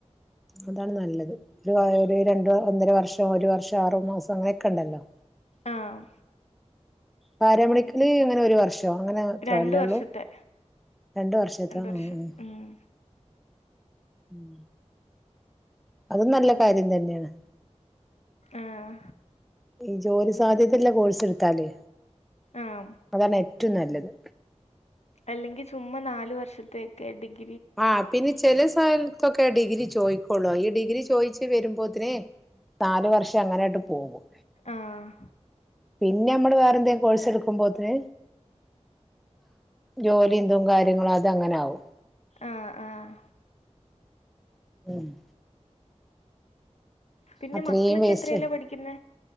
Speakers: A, in the centre; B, on the left.
A: അതാണ് നല്ലത് ഒരു ഒരു രണ്ട് ഒന്നര വർഷം ഒരു വർഷം ആറു മാസം അങ്ങനെയൊക്കെ ഉണ്ടല്ലോ
B: ആഹ്
A: പാര മെഡിക്കല് ഇങ്ങനെ ഒരു വർഷ <unintelligible> അങ്ങനെ എത്രോ
B: രണ്ട്
A: അല്ലൊള്ളൂ
B: വർഷത്തെ
A: രണ്ട് വർഷത്താ
B: വർഷം
A: എ ഏ
B: ഉം
A: ഉം അതും നല്ല കാര്യം തന്നെയാണ്
B: ആഹ്
A: ഈ ജോലി സാധ്യതല്ല കോഴ്സ് എടുത്താല്
B: ആഹ്
A: അതാണ് ഏ റ്റും നല്ലത്
B: അല്ലെങ്കിൽ ചുമ്മാ നാല് വർഷത്തെയൊക്കെ ഡിഗ്
A: ആഹ് പിന്നെ ചെല സ്ഥലത്തൊക്കെ ആ ഡിഗ്രി ചോയിക്കോളു ഈ ഡിഗ് രി ചോയിച്ചു വരുമ്പോത്തിന് നാല് വർഷം അങ്ങനെങ്ങട്ട് പോകും
B: ആഹ്
A: പിന്നെ നമ്മള് വേറെ എന്തേം കോഴ്സ് എടുക്കുമ്പോത്തിന് ജോലി എന്തും കാര്യങ്ങളും അതങ്ങനെ ആകും
B: ആഹ് ആഹ്
A: ഉംമ്
B: പിന്നെ
A: അത്രയും
B: മക്കളൊക്കെ
A: വേസ്റ്റ്
B: എത്രേലാ പഠിക്കുന്ന